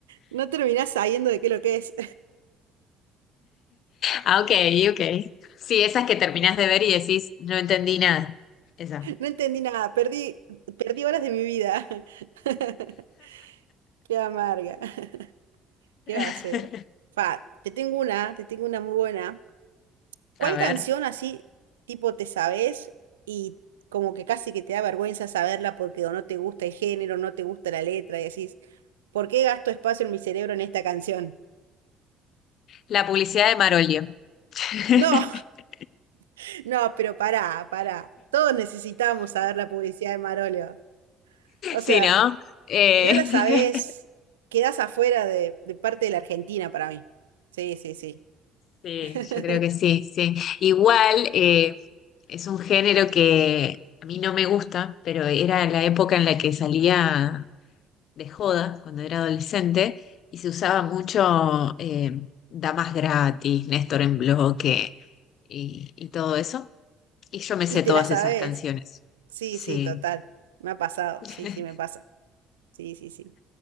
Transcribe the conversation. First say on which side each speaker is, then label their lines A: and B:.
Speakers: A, on the right (about 80°); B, on the left (about 55°).
A: No terminás sabiendo de qué lo que es.
B: Ah, ok, ok. Sí, esas que terminás de ver y decís, no entendí nada. Esa.
A: <laughs> No entendí nada. Perdí, perdí horas de mi vida. <laughs> Qué amarga. <laughs> ¿Qué
B: <laughs>
A: va a ser? Fa, te tengo una, te tengo una muy buena. ¿Cuál
B: A ver,
A: canción así, tipo, te sabes y como que casi que te da vergüenza saberla porque o no te gusta el género, no te gusta la letra y decís, ¿por qué gasto espacio en mi cerebro en esta canción?
B: la publicidad de Marolio. <laughs>
A: No, <laughs> no, pero pará, pará. Todos necesitamos saber la publicidad de Marolio. O sea,
B: Sí, ¿no? Eh,
A: si no la
B: <laughs>
A: sabes, quedás afuera de, de parte de la Argentina para mí. Sí, sí, sí.
B: Sí,
A: <laughs>
B: yo creo que sí, sí. Igual eh, es un género que a mí no me gusta, pero era la época en la que salía de joda cuando era adolescente y se usaba mucho eh, Damas Gratis, Néstor en Bloque y, y todo eso. Y yo me
A: Y
B: sé
A: te
B: todas
A: la sabes.
B: esas canciones.
A: Sí,
B: Sí.
A: sí, total. Me ha pasado.
B: <laughs>
A: Sí, sí, me pasa. Sí, sí, sí.